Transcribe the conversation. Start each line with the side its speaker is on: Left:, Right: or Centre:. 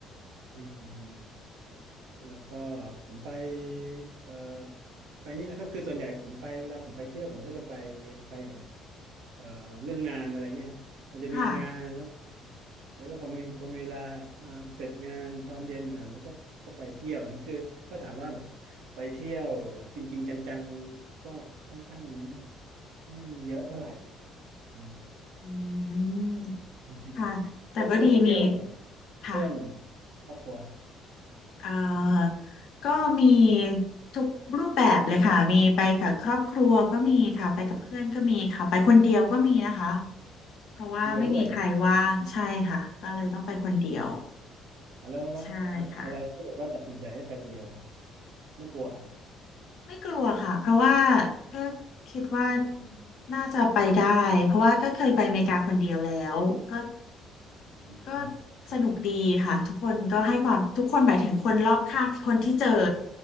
Right: อืมอืม แล้วก็ผมไปเอ่อไปนี่แหละครับคือส่วนใหญ่ผมไปเวลาผมไปเที่ยวผมก็จะไปไปกับเอ่อเรื่องงานอะไรเงี้ยครับมันจะมีงานแล้ว
Left: ค่ะ
Right: แล้วก็พอมีพอมีเวลาอ่าเสร็จงานตอนเย็นอ่ะแล้วก็ก็ไปเที่ยวนี่คือถ้าถามว่าแบบไปเที่ยวแบบจริงๆจังๆก็ค่อนข้างไม่เยอะเท่าไหร่อืม
Left: อืม
Right: <laughs>
Left: ค่ะแต่ก็ดีมี
Right: แล้วคุณนุ่นไปเที่ยวกับ
Left: ค่ะ
Right: เพื่อนครอบครัว
Left: เอ่อก็มีทุกรูปแบบเลยค่ะมีไปกับครอบครัวก็มีค่ะไปกับเพื่อนก็มีค่ะไปคนเดียวก็มีนะคะเพราะว่าไม่มีใครว่างใช่ค่ะก็เลยต้องไปคนเดียว
Right: คนเดียวด้วย อ่ะแล้วแล้วอะอะไรที่แบบว่าตัดสินใจให้ไปคนเดียวฮะ
Left: ใช่ค่ะ
Right: ไม่กลัวอ่ะ
Left: ไม่กลัวค่ะเพราะว่าก็คิดว่า
Right: อืม
Left: น่าจะไปได้เพราะว่าก็เคยไปอเมริกาคนเดียวแล้วก็
Right: อืมครับ
Left: ก็สนุกดีค่ะทุกคนก็ให้ความทุกคนหมายถึงคนรอบข้างคนที่เจอ